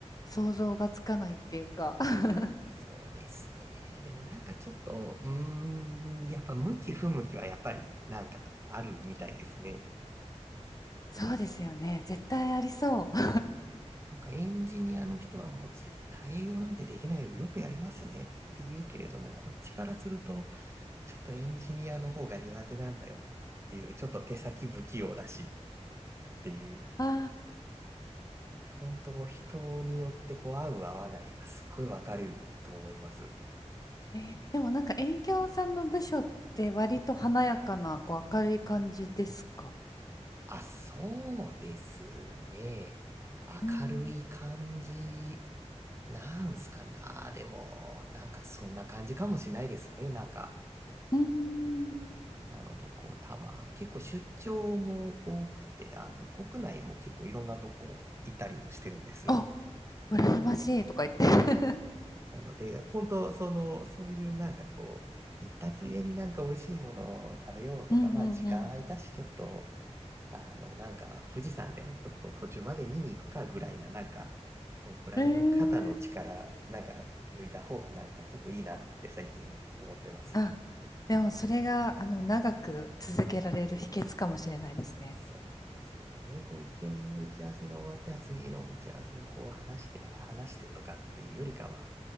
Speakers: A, on the left; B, on the right.
A: 想像がつかないっていうか、<laughs>
B: そうですね。でもなんかちょっと、うーん、やっぱ向き不向きはやっぱりなんかあるみたいですね。
A: そうですよね、絶対ありそう。
B: なんかエンジニアの人はもう絶対営業なんてできないよ。よくやりますねって言うけれども、こっちからすると、ちょっとエンジニアの方が苦手なんだよなっていう、ちょっと手先不器用だしっていう。
A: <laughs> ああ、
B: なので本当人によってこう合う合わないがすっごい分かれると思います。
A: えーでもなんか営業さんの部署って割と華やかな、こう、明るい感じですか
B: あ、そうですね。明るい感じ
A: うん。
B: なんすかな。でも、なんかそんな感じかもしれないですね。なんか。
A: うーん。
B: なので、こう、たま、結構出張も多くて、あの、国内も結構いろんなとこ行ったりもしてるんです。
A: あ、羨ましいとか言って。
B: なので、本当、その、そういうなんかこう、行ったついでになんか美味しいものを食べようとか、
A: <laughs> うんうん
B: まあ時間空いたし、ちょっと、あの、なんか富士山でもちょっと途中まで見に行くかぐらいな、なんか、このくらいの肩の力、
A: うん。えー
B: なんか抜いた方がなんかちょっといいなって最近思ってます。
A: あ、でもそれが、あの、長く続けられる秘訣かもしれないですね。
B: そうなんですよね。こう、一軒目打ち合わせが終わって、あ次の打ち合わせがこう話して、あ話してとかっていうよりかは、